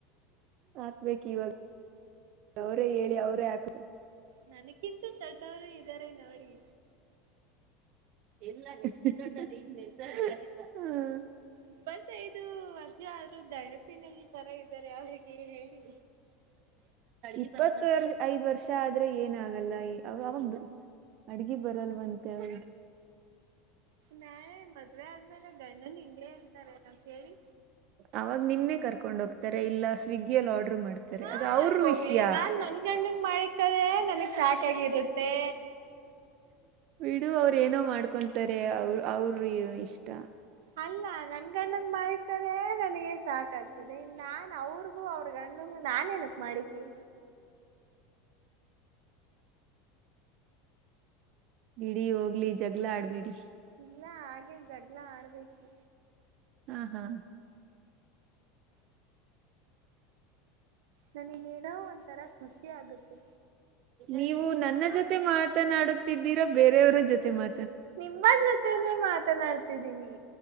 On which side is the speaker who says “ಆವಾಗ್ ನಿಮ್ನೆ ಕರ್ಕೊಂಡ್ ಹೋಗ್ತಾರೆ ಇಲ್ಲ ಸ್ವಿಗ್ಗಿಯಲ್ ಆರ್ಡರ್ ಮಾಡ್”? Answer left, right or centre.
Right